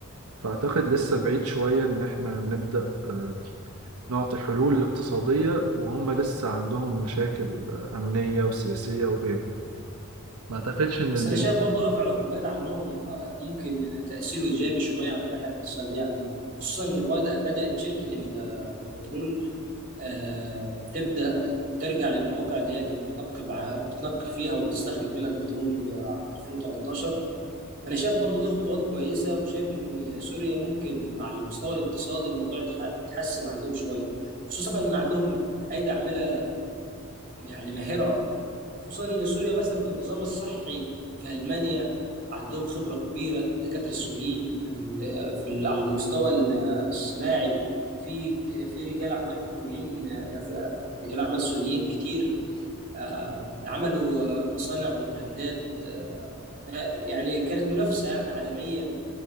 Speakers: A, on the right; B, on the right.
A: فأعتقد لسه بعيد شوية إن احنا نبدأ آه، نعطي حلول اقتصادية وهم لسه عندهم مشاكل آه، أمنية وسياسية وغيره ما أعتقدش إن
B: بس
A: البناء
B: انا شايف برضو رفع العقوبات عنهم آه، ممكن تاثيره ايجابي شويه على الناحيه الاقتصاديه عندهم خصوصا ان بدأ بدات شركه ال- آه، البترول آه، تبدا ترجع للمواقع اللي هي كانت بتنقب ع- بتنقب فيها وبتستخرج منها البترول آه، عام 2013 فانا شايف برضو دي خطوات كويسه وشايف ان سوريا ممكن على المستوى الاقتصادي الموضوع يتح- يتحسن عندهم شويه خصوصا ان عندهم ايدي عامله يعني ماهره خصوصا ان سوريا مثلا في النظام الصحي في المانيا عندهم خبره كبيره الدكاتره السوريين عن- في ال- على المستوى ال- الصناعي في في رجال اعمال كوريين في رجال اعمال سوريين كتير آه، عملوا آه، مصانع وبراندات آه، يعني كانت منافسه يعني عالميا